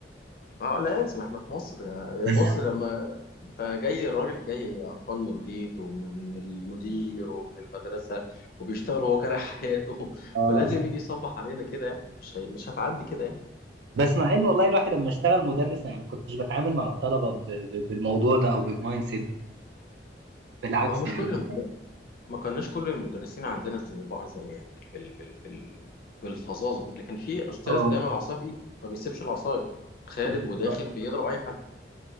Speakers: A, on the left; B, on the right.
A: اه لازم احنا في مصر يا
B: <laughs>
A: بص لما انت جاي الراجل جاي قرفان من البيت ومن من المدير ومن المدرسة وبيشتغل هو كاره حياته <laughs>
B: اه
A: فلازم يجي يصبح علينا كده يعني مش هي- مش هتعدي كده يعني
B: بس مع ان والله الواحد لما اشتغل مدرس يعني ما كنتش بتعامل مع الطلبه ب- ب- بالموضوع ده او بالمايند سيت بالعكس
A: ما هو مش
B: يعني
A: كل الم... ما كناش كل المدرسين عندنا زي بعض زي يعني بال... بال... بال... بال... بالفظاظة دي لكن في استاذ
B: اه
A: دايما العصاية في ايده ما بيسيبش العصاية خارج
B: بالظبط
A: وداخل بيضرب اي حد